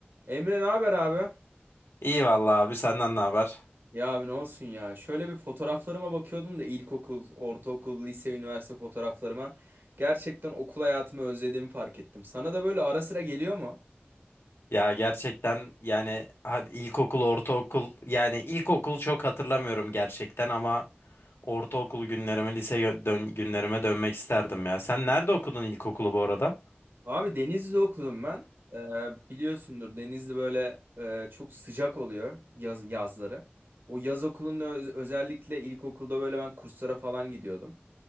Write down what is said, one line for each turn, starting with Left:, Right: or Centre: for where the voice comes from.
Right: Emre ne haber abi?
Left: İyi vallahi abi senden ne haber?
Right: Ya abi ne olsun ya. Şöyle bir fotoğraflarıma bakıyordum da ilkokul, ortaokul, lise, üniversite fotoğraflarıma. Gerçekten okul hayatımı özlediğimi fark ettim. Sana da böyle ara sıra geliyor mu?
Left: Ya gerçekten yani hadi ilkokul, ortaokul yani ilkokul çok hatırlamıyorum gerçekten ama ortaokul günlerime, lise gö- dön günlerime dönmek isterdim ya. Sen nerede okudun ilkokulu bu arada?
Right: Abi Denizli'de okudum ben. Ee, biliyorsundur Denizli böyle e, çok sıcak oluyor yaz, yazları. O yaz okulunda öz- özellikle ilkokulda böyle ben kurslara falan gidiyordum.